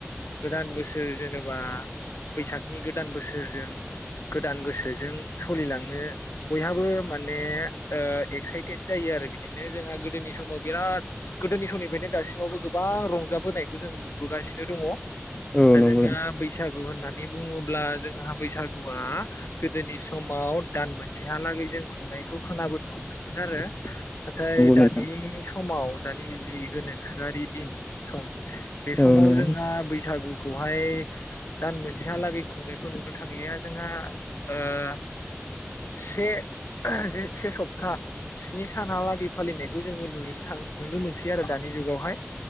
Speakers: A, on the left (about 65°); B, on the left (about 20°).
A: गोदान बोसोर। जेनेबा। बैसागनि गोदान बोसोरजों। गोसोजों सलिलांनो बयहाबो माने ओ एक्साइटेड जायो आरो बिदिनो जोंहा गोदोनि समाव बिराद गोदोनि समनिफ्रायनो दासिमावबो गोबां रंजाबोनायखौ जों नुबोगासिनो दङ। दा
B: औ नंगौ
A: जोङा बैसागु होनना। बे बुङोब्ला जोंहा बैसागु। बा गोदोनि समाव दान मोनसेहालागै जों खुंनायखौ खोनाबोनो हमदोंमोन आरो। नाथाय दानि
B: नोंथां
A: समाव। दानि जि गोनोखोआरि दिन सम। बे
B: औ
A: समाव
B: नंगौ
A: जोंहा
B: नोंथां
A: बैसागु। खौहाय दान मोनसेहालागै खुंनायखौ नुनो थांलिया। जोंहा ओ से। ज से सपता। स्नि सानहालागै फालिनायखौ जोङो नुनो थाङ। नुनो मोनसै आरो दानि जुगावहाय